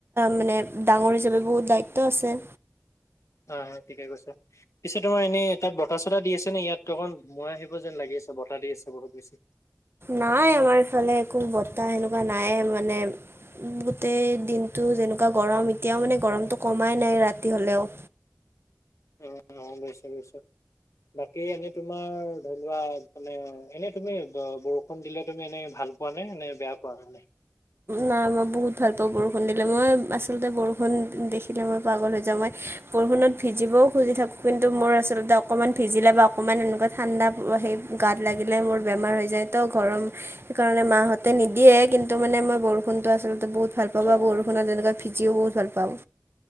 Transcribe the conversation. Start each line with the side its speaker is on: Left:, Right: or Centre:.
Right: মানে ডাঙৰ হিচাপে বহুত দায়িত্ব আছে।
Left: হয় হয় ঠিকে কৈছে। পিছে তোমাৰ এনেই তাত বতাহ-চতাহ দি আছে নে? ইয়াত অকন মই আহিব যেন লাগি আছে বতাহ দি আছে বহুত বেছি।
Right: নাই আমাৰ ইফালে একো বতাহ সেনেকুৱা নাই মানে গোটেই দিনটো যেনেকুৱা গৰম এতিয়াও মানে গৰমটো কমাই নাই ৰাতি হ'লেও।
Left: অ অ লৈছো লৈছো। বাকী এনে তোমাৰ ধৰি লোৱা মানে এনে তুমি বৰষুণ দিলে তুমি এনে ভাল পোৱা নে? নে বেয়া পোৱা তুমি?
Right: নাই মই বহুত ভাল পাওঁ বৰষুণ দিলে। মই আচলতে বৰষুণ দেখিলে মই পাগল হৈ যাওঁ মই বৰষুণত ভিজিবও খুজি থাকোঁ, কিন্তু মোৰ আচলতে অকণমান ভিজিলে বা অকণমান এনেকুৱা ঠাণ্ডা সেই গাত লাগিলে মোৰ বেমাৰ হৈ যায় তো ঘৰম সেইকাৰণে মাহঁতে নিদিয়ে কিন্তু ত মানে মই বৰষুণো আচলতে বহুত ভাল পাওঁ
Left: হয়
Right: বা বৰষুণত এনেকুৱা ভিজিও বহুত ভাল পাওঁ।